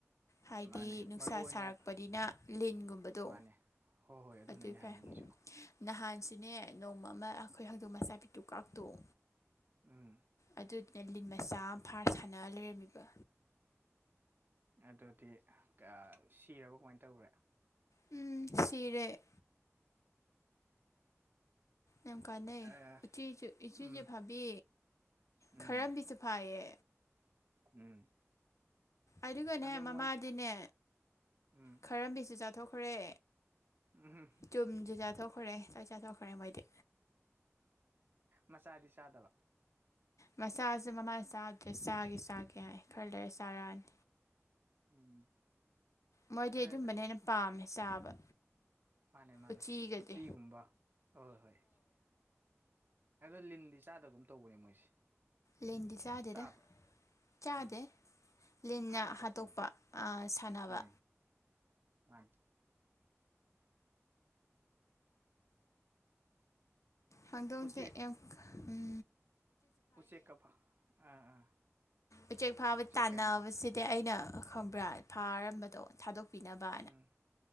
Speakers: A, on the left; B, on the right.
A: ꯍꯥꯏꯗꯤ
B: ꯃꯥꯅꯦ
A: ꯅꯨꯡꯁꯥ
B: ꯃꯔꯨ ꯑꯣꯏꯅ
A: ꯁꯥꯔꯛꯄꯅꯤꯅ ꯂꯤꯟꯒꯨꯝꯕꯗꯣ
B: ꯃꯥꯅꯦ ꯍꯣꯏ ꯍꯣꯏ ꯑꯗꯨꯅꯅꯦ
A: ꯑꯗꯨ <unintelligible>
B: ꯍꯥꯏꯅꯤꯡꯉꯤꯁꯨ
A: ꯅꯍꯥꯟꯁꯤꯅꯦ ꯅꯣꯡꯃ ꯑꯃ ꯑꯩꯈꯣꯏ ꯍꯪꯗꯣꯛ ꯃꯆꯥꯄꯤꯇꯨ ꯀꯥꯛꯇꯣꯛ
B: ꯑꯪ
A: ꯑꯗꯨꯗꯨꯅ ꯂꯤꯟ ꯃꯆꯥ ꯑꯃ ꯐꯥꯔ ꯁꯥꯟꯅ ꯂꯩꯔꯝꯃꯤꯕ
B: ꯑꯗꯨꯗꯤ ꯀꯥ ꯁꯤꯔꯕ ꯀꯃꯥꯏꯅ ꯇꯧꯈ꯭ꯔꯦ
A: ꯎꯝ ꯁꯤꯔꯦ ꯌꯥꯝ ꯀꯥꯟꯅꯩ
B: ꯑꯦ
A: ꯎꯆꯤꯖꯨ ꯎꯆꯤꯖꯨ
B: ꯎꯝ
A: ꯐꯥꯕꯤ
B: ꯎꯝ
A: ꯈꯔꯝꯕꯤꯁꯨ ꯐꯥꯏꯌꯦ
B: ꯎꯝ
A: ꯑꯗꯨꯒꯅꯦ
B: ꯑꯗꯣ ꯃꯣꯏꯁꯦ
A: ꯃꯃꯥꯗꯤꯅꯦ
B: ꯎꯝ
A: ꯈꯔꯝꯕꯤꯁꯨ ꯆꯥꯊꯣꯛꯈꯔꯦ
B: ꯎꯝ
A: ꯆꯨꯝꯁꯨ ꯆꯥꯊꯣꯛꯈ꯭ꯔꯦ ꯂꯣꯏ ꯆꯥꯊꯣꯛꯈ꯭ꯔꯦ ꯃꯣꯏꯗꯤ
B: ꯃꯆꯥꯗꯤ ꯆꯥꯗꯕ
A: ꯃꯆꯥꯁꯦ ꯃꯃꯥ ꯆꯥꯒ꯭ꯔꯦ ꯆꯥꯒꯦ ꯆꯥꯒꯦ ꯍꯥꯏ ꯈꯔ ꯂꯩꯔ ꯆꯥꯔꯛꯑꯅꯤ
B: ꯎꯝ
A: ꯃꯣꯏꯗꯤ
B: ꯐꯔꯦꯗ
A: ꯑꯗꯨꯝꯕꯅ ꯍꯦꯟꯅ ꯄꯥꯝꯃꯦ ꯆꯥꯕ
B: ꯃꯥꯅꯦ ꯃꯥꯅꯦ
A: ꯎꯆꯤꯒꯁꯦ
B: ꯎꯆꯤꯒꯨꯝꯕ ꯍꯣꯏ ꯍꯣꯏ ꯑꯗꯣ ꯂꯤꯟꯗꯤ ꯆꯥꯗꯒꯨꯝ ꯇꯧꯕꯅꯦ ꯃꯣꯏꯁꯦ
A: ꯂꯤꯟꯗꯤ ꯆꯥꯗꯦꯗ
B: ꯆꯥꯕ꯭ꯔꯣ
A: ꯆꯥꯗꯦ
B: ꯎꯝ
A: ꯂꯤꯟꯅ
B: ꯍꯥꯠꯂ ꯇꯣꯛꯄꯅꯤ
A: ꯍꯥꯠꯇꯣꯛꯄ ꯑꯥ ꯁꯥꯟꯅꯕ
B: ꯎꯝ ꯃꯥꯅꯤ
A: ꯍꯧꯗꯣꯡꯁꯦ
B: ꯎꯆꯦꯛ
A: ꯑꯦꯞ ꯎꯝ
B: ꯎꯆꯦꯛꯀ ꯐꯥ ꯑꯥ ꯑꯥ
A: ꯎꯆꯦꯛ ꯐꯥꯕ
B: ꯎꯆꯦꯛꯀ
A: ꯇꯥꯟꯕꯁꯤꯗꯤ
B: ꯌꯥꯝ ꯐꯥ
A: ꯑꯩꯅ ꯈꯪꯕ꯭ꯔꯥ ꯐꯥꯔꯝꯕꯗꯣ ꯊꯥꯗꯣꯛꯄꯤꯅꯕ
B: ꯎꯝ